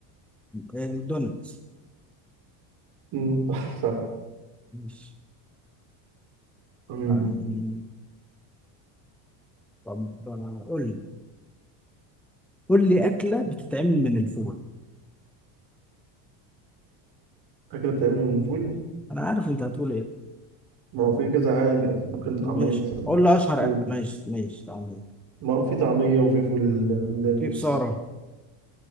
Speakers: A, in the centre; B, on the right.
A: الدونتس
B: أمم، صح صح
A: ماشي
B: أمم،
A: آم، طب آه، قول لي قول لي اكله بتتعمل من الفول
B: أكلة بتتعمل من الفول
A: انا عارف انت هتقول ايه
B: ما هو في كذا حاجة ممكن طعمية
A: ماشي
B: مثلا
A: قول لي اشهر
B: فول
A: اكله ماشي ماشي تمام
B: ما هو في طعمية وفي فول مدمس
A: في بصاره